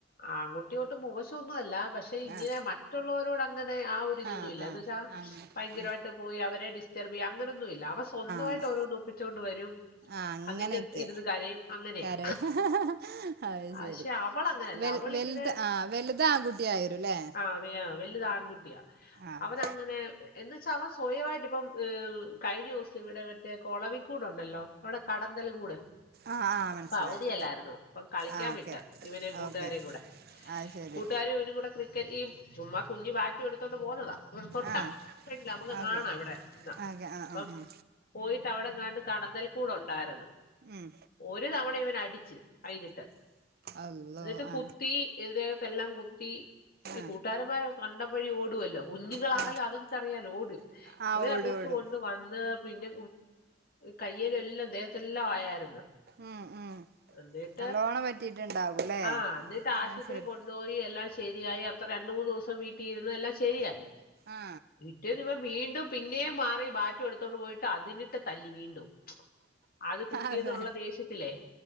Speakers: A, on the left; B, on the right.
A: ആൺകുട്ടിയൊട്ട് മോശോ ന്നു അല്ല പക്ഷെ ഇങ്ങനെ
B: ആഹ്
A: മറ്റുള്ളോരോടങ്ങനെ ആ ഒരിതൊന്നും
B: ആഹ്
A: ഇല്ല
B: ആഹ്
A: എന്ന് വെച്ചാ
B: ആഹ് ആഹ്
A: ഭയങ്കരാ യിട്ട് പോയി അവരെ ഡിസ് റ്റ്ർബിയ അങ്ങനൊ ഒന്നുവില്ല അവൻ സ്വന്തമായിട്ട്
B: അതെ
A: ഓരോന്ന് ഒപ്പിച്ചോണ്ട് വരും
B: ആഹ് അങ്ങനെയൊക്കെ
A: എന്നിട്ട് ഇരുന്ന് കരയും അങ്ങനെയാ
B: കരയും അത്
A: പക്ഷെ
B: ശരി
A: അവള് അങ്ങനെയല്ല
B: വൽ
A: അവളിങ്ങനെ
B: വലുത് ആഹ് വലുത് ആൺകുട്ടിയായിരുല്ലേ
A: ആ വലുത് ആൺകുട്ടിയാ
B: ആഹ്
A: അവനങ്ങനെ എന്നുവച്ചാ അവൻ സ്വയവായിട്ട് ഇപ്പം കഴിഞ്ഞ ദിവസം ഇവിടെ മറ്റേ കൊളവിക്കൂടുണ്ടല്ലോ അവിടെ കടന്തല് കൂട്
B: ആഹ് ആഹ് മനസ്സിലായി
A: അപ്പം അവധിയല്ലായിരുന്നോ അപ്പം കളി- ക്കാൻ
B: ആ ഓക്കെ
A: വിട്ട് ഇവനെയും കൂട്ടുകാരെയും
B: ഓക്കെ
A: കൂടെ
B: അത് ശരി
A: കൂട്ടുകാരും ഇവനും കൂടെ ക്രിക്കറ്റ് ഈ ചുമ്മാ കുഞ്ഞു ബാറ്റും എടുത്തോണ്ട് പോന്നതാ തൊട്ടപ്പ
B: ആ
A: <unintelligible> ണ്ടില്ല നമ്മുക്ക്
B: ഓക്കെ
A: കാണാം ഇവിടെ നിന്നാ
B: ഓക്കെ ആ ആ
A: അപ്പം
B: ഉം
A: പോയിട്ട് അവിടെങ്ങാണ്ട് കടന്തൽ കൂടുണ്ടായിരുന്നു
B: ഉം
A: ഒരു തവണ ഇവൻ അടിച്ചു അയിനട്ട്
B: അള്ളോ
A: എന്നിട്ട്
B: ആ
A: കുത്തി ഈ ദേഹത്തെല്ലാം ല്ലാം കുത്തി
B: ആ
A: ഈ കൂട്ടുകാരന്മാരെ കണ്ട- വഴി ഓടുവല്ലോ കുഞ്ഞുങ്ങളാണേലും
B: ആ
A: അതുങ്ങക്ക് അറിയാലോ ഓടും
B: ആ
A: ഇവനാ
B: ഓടും
A: കുത്തുകൊണ്ട്
B: ഓടും
A: വന്ന് പിന്നെ കയ്യേലെല്ലാം ദേഹത്തെല്ലാം ആയായിരുന്ന്
B: ഉം ഉം
A: എന്നിട്ട്
B: നല്ലോണം പറ്റിയിട്ടുണ്ടാകുംല്ലേ
A: ആഹ് അന്നിട്ട് ആശുപത്രി
B: അത് ശരി
A: കൊണ്ടോയി എല്ലാം ശരിയായി അപ്പം രണ്ടുമൂന്ന് ദിവസം വീട്ടിയിരുന്ന് എല്ലാം ശരിയായി
B: ആ
A: റ്റേന്ന് ഇവൻ- വീണ്ടും പിന്നെം മാറി ബാറ്റും എടുത്തോണ്ട് പോയിട്ട് അതിനട്ട് തല്ലി വീണ്ടും അത് കുത്തിന്നുള്ള
B: അതെ
A: ദേഷ്യത്തിലേ